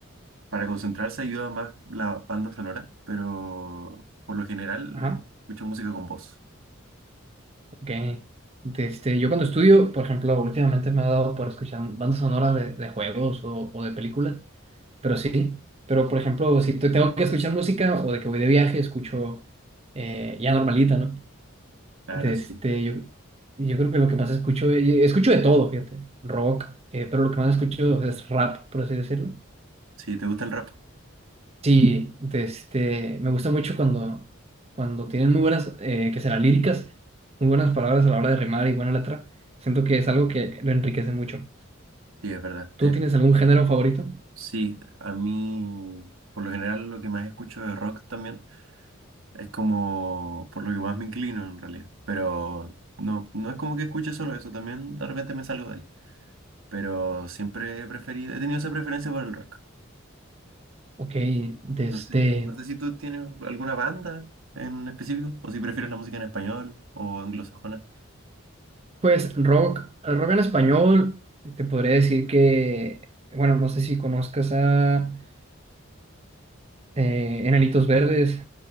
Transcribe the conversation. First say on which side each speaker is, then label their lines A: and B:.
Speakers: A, on the right; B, on the right.
A: para concentrarse ayuda más la banda sonora, pero por lo general
B: Ajá,
A: eh, escucho música con voz.
B: ok. Desde, yo cuando estudio, por ejemplo, últimamente me ha dado por escuchar bandas sonoras de, de juegos o, o de películas, pero sí.
A: Sí.
B: Pero, por ejemplo, si te- tengo que escuchar música o de que voy de viaje, escucho eh, ya normalita, ¿no?
A: Claro,
B: de este,
A: sí.
B: yo, yo creo que lo que más escucho, eh, escucho de todo, fíjate, rock, eh, pero lo que más escucho es rap, por así decirlo.
A: Sí, ¿te gusta el rap?
B: Sí, de este, me gusta mucho cuando, cuando tienen muy buenas, eh, que serán líricas, muy buenas palabras a la hora de rimar y buena letra. Siento que es algo que lo enriquece mucho.
A: Sí, es verdad.
B: ¿Tú tienes algún género favorito?
A: Sí, a mí por lo general lo que más escucho de rock también es como por lo que más me inclino en realidad. Pero no, no es como que escuche solo eso, también de repente me salgo de ahí. Pero siempre he preferido, he tenido esa preferencia por el rock.
B: Ok, de este,
A: No sé, no sé si tú tienes alguna banda en específico o si prefieres la música en español o anglosajona.
B: pues rock, rock en español, te podría decir que, bueno, no sé si conozcas a eh, Enanitos Verdes.